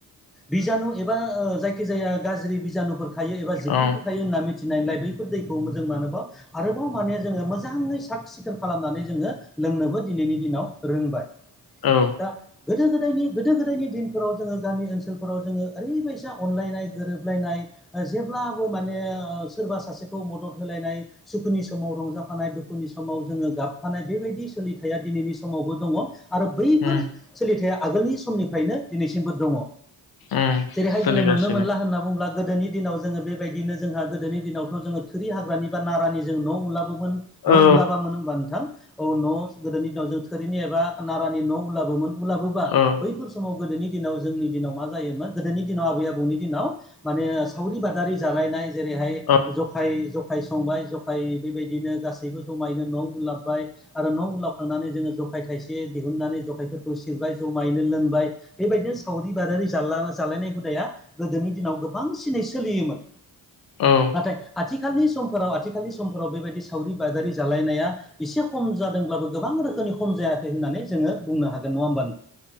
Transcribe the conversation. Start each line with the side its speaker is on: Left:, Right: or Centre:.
Centre: बिजानु एबा ओ जायखि जाया गाज्रि बिजानुफोर थायो एबा जिबख्रिफोर
Left: औ
Centre: थायो होनना मिथिनायलाय बैफोर दैखौ मोजां मानोबाव आरोबाव माने जोङो मोजाङै साक सिखोन खालामनानै जोङो लोंनोबो दिनैनि दिनाव रोंबाय
Left: औ
Centre: <unintelligible> गोदो गोदायनि गोदो गोदायनि दिनफोराव जोङो गामि ओनसोलफोराव जोङो ओरैबायसा अनलायनाय गोरोबलायनाय ओ जेब्लाबो माने ओ सोरबा सासेखौ मदद होलायनाय सुखुनि समाव रंजाफानाय दुखुनि समाव जोङो गाबफानाय बेबायदि सोलिथाया दिनैनि समावबो दङ' आरो बैफोर
Left: उम
Centre: सोलिथाया आगोलनि समनिफ्रायनो दिनैसिमबो दङ'
Left: उम
Centre: जेरैहाय
Left: सोलिगासिनो
Centre: जोङो नुनो मोनला होनना बुंब्ला गोदोनि दिनाव जोङो बेबायदिनो जोंहा गोदोनि दिनावथ' जोङो थोरि हाग्रानि बा नारानि जों न' उलाबोमोन न'
Left: औ
Centre: उलाबामोन होमबा नोंथां औ न' गोदोनि दिनाव जों थोरिनि एबा नारानि न' उलाबोमोन उलाबोबा
Left: औ
Centre: बैफोर समाव गोदोनि दिनाव जोंनि दिनाव मा जायोमोन गोदोनि दिनाव आबै आबौनि दिनाव माने सावरि बादारि जालायनाय जेरैहाय
Left: औ
Centre: जखाय ज' खाय संबाय जखाय बेबायदिनो गासैबो जमायैनो न' उलाबबाय आरो न' उलावखांनानै जोङो जखाय थाइसे दिहुननानै जखायफोरखौ सिरबाय जमायैनो लोंबाय बेबायदिनो सावरि बादारि जाला-जालायनाय हुदाया गोदोनि दिनाव गोबांसिनै सोलियोमोन
Left: औ
Centre: नाथाय आथिखालनि समफोराव आथिखालनि समफोराव बेबायदि सावरि बादारि जालायनाया एसे खम जादोंब्लाबो गोबां रोखोमनि खम जायाखै होननानै जोङो बुंनो हागोन नङा होमबा